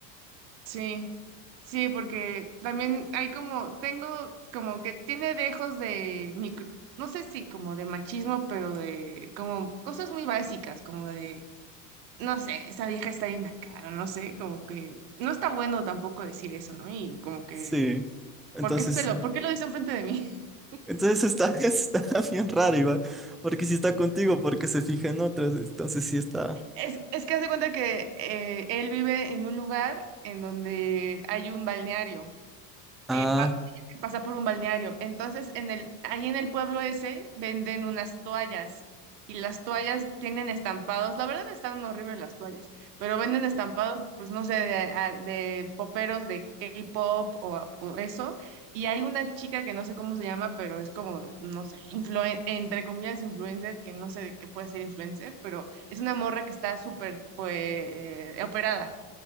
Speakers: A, on the right; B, in the centre.
A: Sí, sí, porque también hay como, tengo como que tiene dejos de micro, no sé si como de machismo, pero de como cosas muy básicas, como de, no sé, esa vieja está bien acá, o no sé, como que no está bueno tampoco decir eso, ¿no? Y como que
B: Sí, entonces
A: ¿Por qué, se
B: sí.
A: lo, ¿Por qué lo dice enfrente de mí? <laughs>
B: Entonces está, <laughs> está bien raro igual, porque si está contigo, porque se fija en otras, entonces sí está.
A: Es, es que hace cuenta que eh, él vive en un lugar en donde hay un balneario.
B: Ah,
A: eh, pa- tienes que pasar por un balneario. Entonces, en el, ahí en el pueblo ese venden unas toallas y las toallas tienen estampados. La verdad están horribles las toallas, pero venden estampados, pues no sé, de, a- de poperos de K-pop o, o eso. Y hay una chica que no sé cómo se llama, pero es como, no sé, influen- entre comillas, influencer, que no sé de qué puede ser influencer, pero es una morra que está súper, pues, eh, operada.